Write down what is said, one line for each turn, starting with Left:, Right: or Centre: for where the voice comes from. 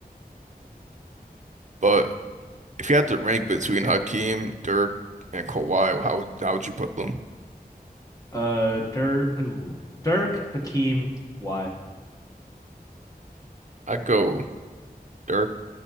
Right: But if you had to rank between Hakeem, Dirk, and Kawhi, how would how would you put them?
Left: Uh, Dirk, ooh, Dirk Hakeem. Why
Right: I go Dirk,